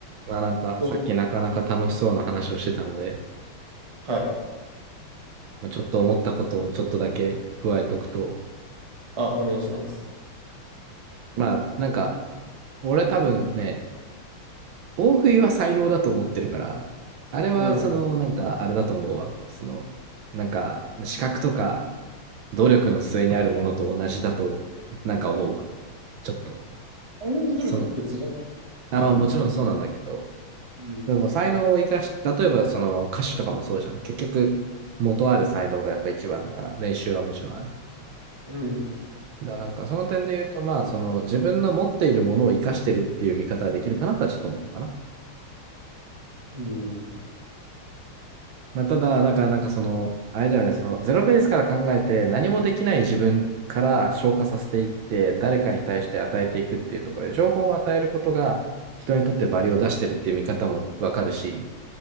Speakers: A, on the right (about 70°); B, on the right (about 20°).
A: まあなんかさっきなかなか楽しそうな話をしてたので、
B: どうはい。
A: まあ、ちょっと思ったことをちょっとだけ加えとくと、
B: あ、お願いします。
A: まあなんか俺多分ね、大食いは才能だと思ってるから、あれはそのなんかあれだと思うわ。
B: うん。
A: そのなんか資格とか努力の末にあるものと同じだとなんか思うわ。ちょっと。
B: 愛のと努力って別じゃん。
A: その、あ、
B: うん。
A: まあもちろんそうなんだけど、
B: うん。
A: でも才能を生かし、例えばその歌手とかもそうじゃん。結局元ある才能がやっぱ一番だから練習はもちろんあるけど。
B: うん。
A: だなんかその点で言うと、まあ、その自分の持っているものを生かしてるっていう見方はできるかなとはちょっと思ったかな。
B: うん。
A: まあ、ただ、だからなんかその、あれだよね、そのゼロベースから考えて何もできない自分から消化させていって、誰かに対して与えていくっていうところで、情報を与えることが人にとってバリを出してるっていう見方もわかるし、